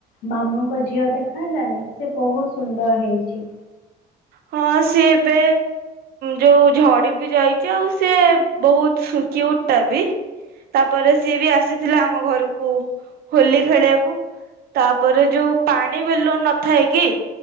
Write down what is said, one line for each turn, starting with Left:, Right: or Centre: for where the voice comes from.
Left: ମାମୁଙ୍କ ଝିଅ ଦେଖାହଲାନି ସେ ବହୁତ ସୁନ୍ଦର ହେଇଛି
Right: ହଁ ସିଏ ଏବେ ଯୋଉ ଝଡି ବି ଯାଇଛି ଆଉ ସିଏ ବହୁତ କ୍ୟୁଟ ଟା ବି ତାପରେ ସିଏ ବି ଆସିଥିଲା ଆମ ଘରକୁ ହୋଲି ଖେଳିବାକୁ ତାପରେ ଯୋଉ ପାଣି ବେଲୁନ ନଥାଏ କି